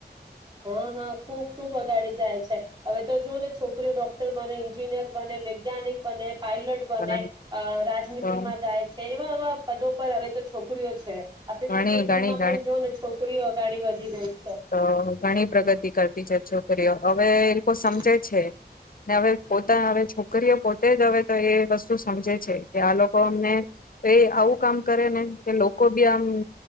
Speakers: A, on the right; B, on the left.
A: હા હા ખુબ ખુબ અગાડી જાય છે, હવે તો જો ને છોકરીઓ ડોક્ટર બને ન્જિનિયર બને વૈજ્ઞાનિક બને પાયલટ
B: જાય
A: બને રાજનીતિમાં
B: તો
A: જાય છે એવા એવા પદો પર હવે તો છોકરીઓ છે. આપે
B: ઘણી
A: ક્રિકેટ ટીમમાં
B: ઘણી
A: પણ જો ને છોકરીઓ અગાડી વધ રઈ
B: હ. ઘણી પ્રગતિ કરતી છે, છોકરીઓ હવે
A: પ્રગતિ
B: એ લોકો સમજે
A: કરે
B: છે. હવે પોતા હવે છોકરીઓ પોતે જ હવે તો એ વસ્તુ સમજે છે, કે આ લોકો અમને એ આવું કામ કરે ને કે લોકો બી આમ